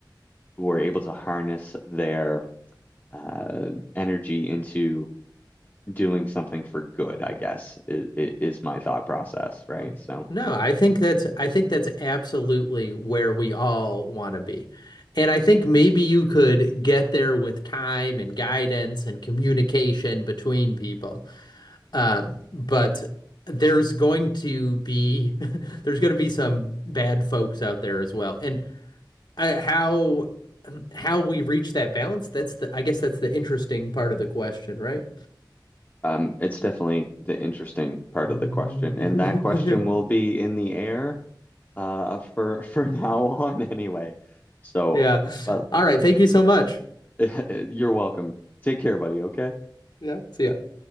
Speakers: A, on the left (about 25°); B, on the left (about 65°).
A: were able to harness their uh, energy into doing something for good, I guess, is, is my thought process, right?
B: Hmm.
A: So,
B: No, I think that's I think that's absolutely where we all want to be. And I think maybe you could get there with time and guidance and communication between people. Um, but there's going to be <laughs> there's going to be some bad folks out there as well. And uh, how how we reach that balance, that's the I guess that's the interesting part of the question, right?
A: um, it's definitely the interesting part
B: <laughs>
A: of the question, and that question will be in the air, uh, for <laughs> for now on anyway. So,
B: Yeah.
A: but
B: All right. Thank you so much.
A: <laughs> you're welcome. Take care, buddy. Okay.
B: Yeah. See ya.